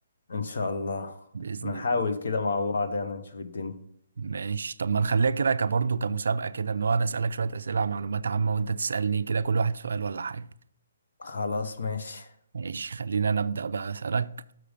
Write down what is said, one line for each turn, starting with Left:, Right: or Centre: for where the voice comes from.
Left: ان شاء الله
Right: بإذن
Left: نحاول
Right: الله
Left: كده مع بعض يعني نشوف الدنيا
Right: ماشي طب ما نخليها كده كبرضه كمسابقة كده إن هو أنا أسألك شوية أسئلة عن معلومات عامة وأنت تسألني كده كل واحد سؤال ولا حاجة
Left: خلاص ماشي
Right: ماشي خلينا أنا أبدأ بقى أسألك